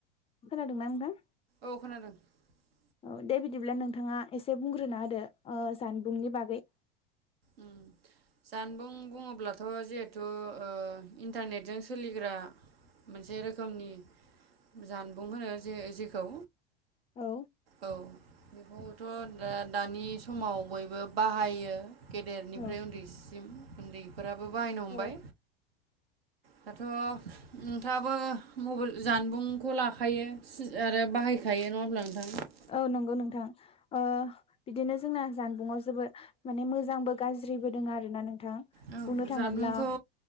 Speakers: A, on the left; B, on the right.
A: खोनादोंना नोंथां
B: <inaudible>
A: औ दे बिदिब्ला नोंथाङा एसे बुंग्रोना होदो ओ जानबुंनि बागै
B: ओम जानबुं बुङोब्लाथ' जिहेथु ओ इन्टारनेटजों सोलिग्रा मोनसे रोखोमनि जानबुं होनो जे जेखौ
A: औ
B: औ बेखौथ' दा-दानि समाव बयबो बाहायो गेदेरनिफ्राय
A: औ
B: उन्दैसिम उन्दैफोरा बो बाहायनो हमबाय
A: औ
B: दाथ' नोंथाङाबो मबाइल जानबुंखौ ला खायो आरो बाहायखायो नङा होमब्ला नोंथां?
A: औ नंगौ नोंथां ओ बिदिनो जोंना जानबुंआव जोबोद माने मोजांबो गाज्रिबो दोङ आरोना नोंथां
B: औ
A: बुंनो थाङोब्ला
B: जानबुंखौ